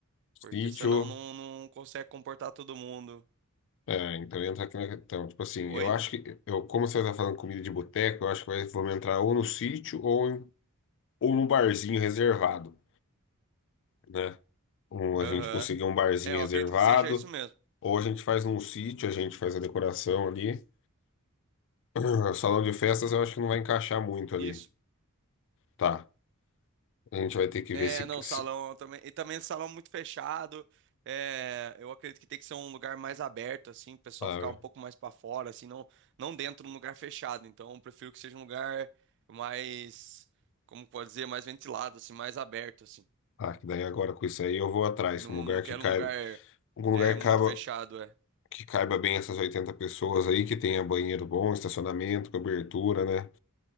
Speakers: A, on the left; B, on the right.
A: sítio.
B: porque senão não, não consegue comportar todo mundo.
A: É, então entra aqui na questão. Tipo assim,
B: Oi?
A: eu acho que, eu, como você está falando comida de boteco, eu acho que vai, vamos entrar ou no sítio ou, em- ou num barzinho reservado, né? Ou a
B: Aham.
A: gente conseguir um barzinho
B: É, eu
A: reservado,
B: acredito que seja isso mesmo.
A: ou a gente faz num sítio, a gente faz a decoração ali. <clears throat> Salão de festas eu acho que não vai encaixar muito ali.
B: Isso.
A: Tá, a gente vai ter que
B: É,
A: ver se,
B: não,
A: se-
B: salão também. E também salão muito fechado. É, eu acredito que tem que ser um lugar mais aberto, assim, o pessoal
A: ah,
B: ficar um pouco mais para fora, assim, não, não dentro de um lugar fechado. Então, eu prefiro que seja um lugar mais, como pode dizer, mais ventilado, assim, mais aberto, assim.
A: ah, que daí agora com isso aí eu vou atrás,
B: Não,
A: um lugar
B: não quero
A: que cai.
B: um lugar
A: Algum lugar
B: é, muito
A: que caiba,
B: fechado, é.
A: que caiba bem essas 80 pessoas aí, que tenha banheiro bom, estacionamento, cobertura, né?